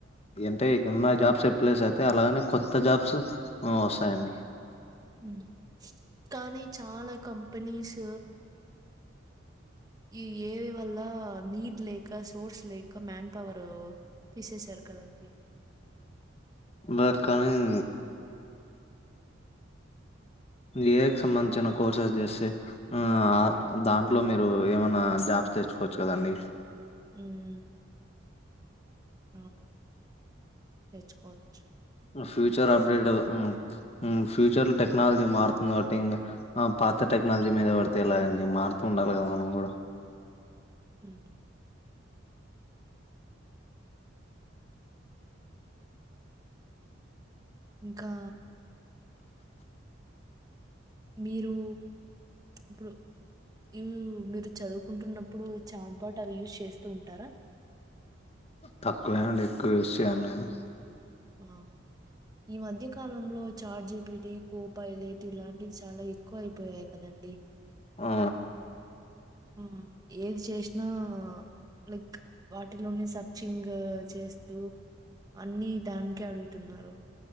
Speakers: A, on the left; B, on the right.
A: అంటే ఉన్నా జాబ్స్ ఎప్పులేస్ అయితే అలాగనే కొత్త జాబ్స్ వసాయండి
B: హ్మ్మ్ కానీ చాలా కంపెనీస్ ఈ ఏవి వల్ల నీడ్ లేక సోర్స్ లేక మ్యాన్ పవారు తీసేసారు కదండి
A: బట్ కానీ ఏ ఎక్స్ సంబంధించన కోర్సెస్ చేస్తే ఆ దాంట్లో మీరు ఏమైనా జాబ్ ఫస్ట్ తెచ్చుకోచ్చు కదా అండి
B: హ్మ్మ్ హమ్ తేచకోచ్చ్
A: ఫ్యూచర్ అప్డేట్ హ్మ్మ్ హ్మ్మ్ ఫ్యూచర్ లో టెక్నాలజీ మారుతుంది కాబట్టి ఇంగా ఆ పాత టెక్నాలజీ మీద పడితే ఎలాగండి మారుతుండాల గదా మనం కూడా
B: హ్మ్మ్ ఇంకా మీరు ఇప్పుడు ఇమ్ మీరు చదువుకుంటున్నప్పుడు చార్ట్ పాట్ అవి యూజ్ చేస్తూ ఉంటారా
A: తక్కువే అండి ఎక్కువ యూస్ చేయను నేను
B: ఆ ఈ మధ్య కాలంలో చార్ట్ జీపిటి కూపా ఇలేట్ ఇలాంటివి చాలా ఎక్కువ అయిపోయాయి కదండి
A: ఆ
B: ఉ ఏది చేసినా లేక్ వాటినుండి సర్చ్చింగ్ చేస్తూ అన్ని దానికే అడుగుతున్నారు